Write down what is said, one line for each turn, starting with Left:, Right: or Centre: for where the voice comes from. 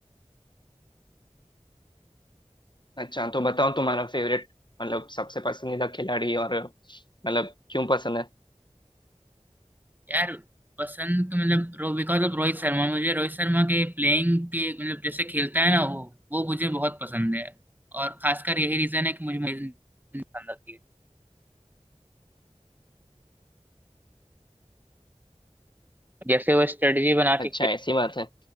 Left: अच्छा तो बताओ तुम्हारा फेवरेट मतलब सबसे पसंदीदा खिलाड़ी और मतलब क्यों पसंद है
Right: यार पसंद तो मतलब रो बिकॉज ऑफ रोहित शर्मा मुझे रोहित शर्मा के प्लेइंग के मतलब जैसे खेलता है ना वो वो मुझे बहुत पसंद है और खासकर यही रीजन है कि मुझे मुझे पसंद आती है जैसे वो स्ट्रेटजी बना
Left: अच्छा
Right: के खेल
Left: ऐसी बात है